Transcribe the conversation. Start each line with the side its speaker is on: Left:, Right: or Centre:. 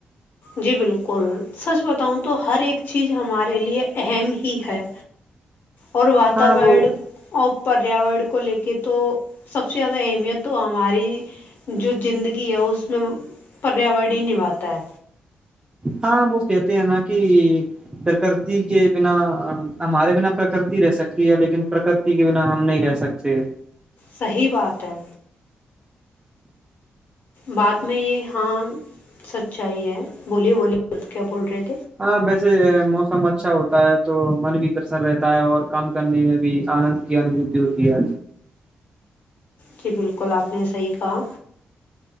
Left: جی بالکل سچ بتاؤں تو ہر ایک چیز ہمارے لیے اہم ہے اور واتور
Right: ہاں وہ
Left: ا پریاور کو لے کے تو سب سے زیادہ اہمیت تو ہماری جو زندگی ہے اس میں پریاور ہی نبھاتا ہے
Right: ہاں وہ کہتے ہیں نا کہ پرکرتی کے بنا ہمارے بنا پرکرتی رہ سکتی ہے لیکن پرکرتی کے بنا ہم نہیں رہ سکتے
Left: صحیح بات ہے بعات میں یہ ہاں سچائی ہے بولیے بولی کیا بول رہے تھے
Right: ہاں ویسے موسم اچھا ہوتا ہے تو من بھی پرسن رہتا ہے اور کام کرنے میں بھی آنند کی انبوتی ہوتی ہے
Left: جی بالکل آپ نے صحیح کہا